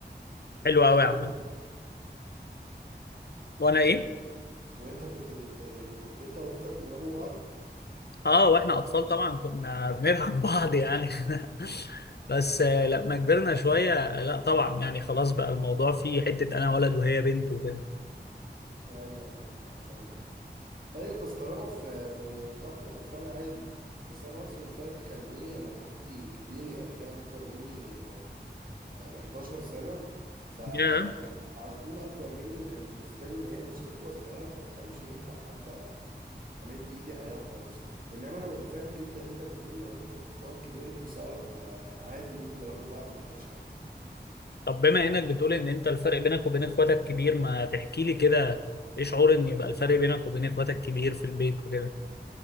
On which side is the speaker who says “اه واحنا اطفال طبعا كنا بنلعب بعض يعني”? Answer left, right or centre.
Left